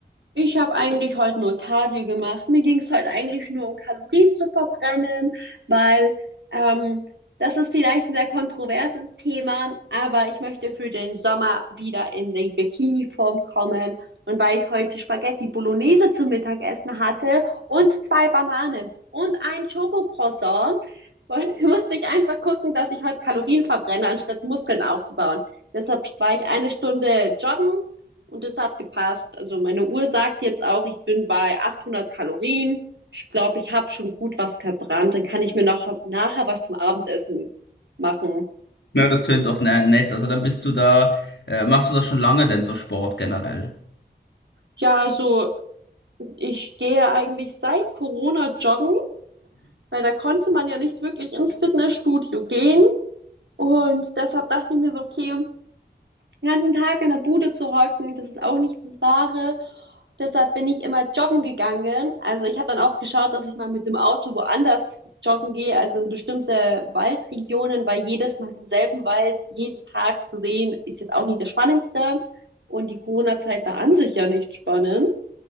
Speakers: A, on the right; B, on the left.
A: Ich habe eigentlich heute nur Cardio gemacht. Mir ging es heute eigentlich nur um Kalorien zu verbrennen, weil ähm, das ist vielleicht ein sehr kontroverses Thema, aber ich möchte für den Sommer wieder in die Bikini-Form kommen. Und weil ich heute Spaghetti Bolognese zum Mittagessen hatte und zwei Bananen und ein Schokocroissant, <laughs> musste ich einfach gucken, dass ich heute Kalorien verbrenne, anstatt Muskeln aufzubauen. Deshalb war ich eine Stunde joggen und es hat gepasst. Also meine Uhr sagt jetzt auch, ich bin bei 800 Kalorien. Ich glaube, ich habe schon gut was verbrannt. Dann kann ich mir noch nachher was zum Abendessen machen.
B: Na, das tönt doch ne nett. Also dann bist du da, äh, machst du das schon lange denn, so Sport generell?
A: Ja, also ich gehe eigentlich seit Corona joggen, weil da konnte man ja nicht wirklich ins Fitnessstudio gehen. Und deshalb dachte ich mir so, okay, den ganzen Tag in der Bude zu hocken, das ist auch nicht das Wahre. Deshalb bin ich immer joggen gegangen. Also ich habe dann auch geschaut, dass ich mal mit dem Auto woanders joggen gehe, also in bestimmte Waldregionen, weil jedes Mal denselben Wald jeden Tag zu sehen, ist jetzt auch nicht das Spannendste. Und die Corona-Zeit war an sich ja nicht spannend.